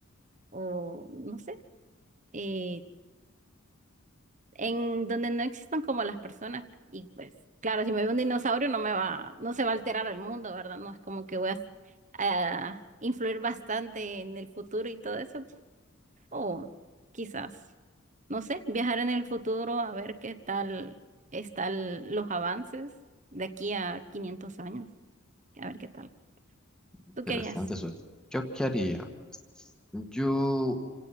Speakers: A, on the right; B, in the centre.
A: o no sé. eh, en donde no existan como las personas. Y pues, claro, si me ve un dinosaurio no me va, no se va a alterar el mundo, ¿verdad? No es como que voy a, a influir bastante en el futuro y todo eso. O quizás, no sé, viajar en el futuro a ver qué tal están los avances de aquí a 500 años. A ver qué tal.
B: Interesante
A: ¿Tú querías?
B: eso. ¿Yo qué haría? Yo